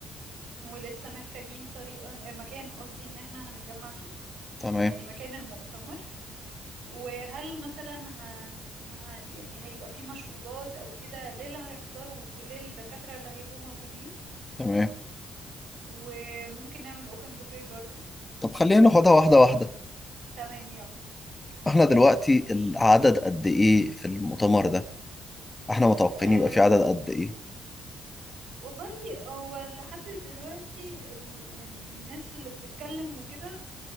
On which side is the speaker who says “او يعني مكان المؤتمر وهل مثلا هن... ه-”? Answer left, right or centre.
Right